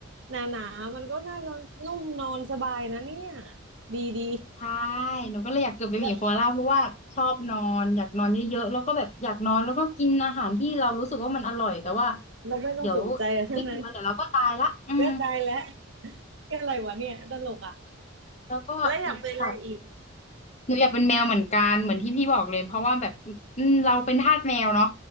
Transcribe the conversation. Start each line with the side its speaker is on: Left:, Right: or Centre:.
Right: หนาๆมันก็น่าจะนุ่มนอนสบายนะเนี่ยดีดี
Left: ใช่หนูก็เลยอยากเกิดเป็นหมีโคอาล่าเพราะว่าชอบนอนอยากนอนเยอะๆแล้วก็แบบอยากนอนแล้วก็กินอาหารที่เรารู้สึกว่ามันอร่อยแต่ว่า
Right: แล้วเราไม่ต้องสนใจอะไรทั้งนั้น
Left: เดี๋ยวอีกไม่กี่วันเดี๋ยวเราก็ตายละอืม
Right: ก็ตายแล้วแค่อะไรวะเนี่ยตลกอ่ะ
Left: แล้วก็อีกสั
Right: แล้วอยากเป็นอะไรอีก
Left: หนูอยากเป็นแมวเหมือนกันเหมือนที่พี่บอกเลยเพราะว่าแบบอืมเราเป็นทาสแมวเนาะ